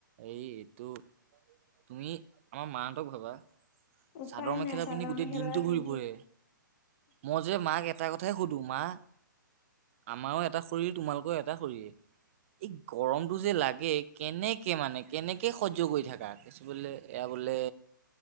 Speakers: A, on the right (about 40°); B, on the left (about 40°).
A: এই এইটো তুমি, আমাৰ মাহঁতক ভাবা।
B: উপায়
A: চাদৰ মেখেলা
B: নাই চাদৰ
A: পিন্ধি গোটেই
B: মেখেলা
A: দিনতটো
B: পিন্ধি
A: ঘূৰি ফুৰে। মই যে মাক এটা কথাই সুধো। মা আমাৰো এটা শৰীৰ তোমালোকৰো এটা শৰীৰ। এই গৰমতটো যে লাগে, কেনেকে মানে কেনেকে সহ্য কৰি থাকা। থাকি বলে, এয়া বোলে